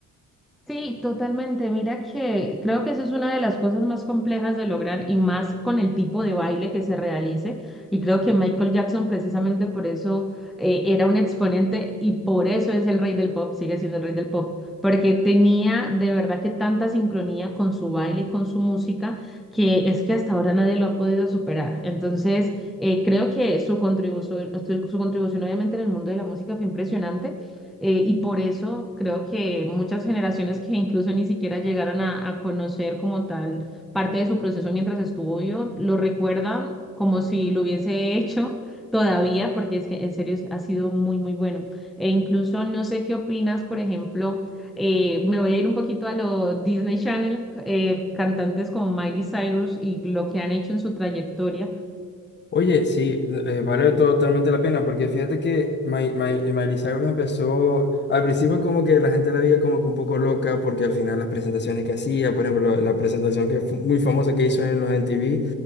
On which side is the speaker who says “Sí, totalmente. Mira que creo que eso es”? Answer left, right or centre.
Centre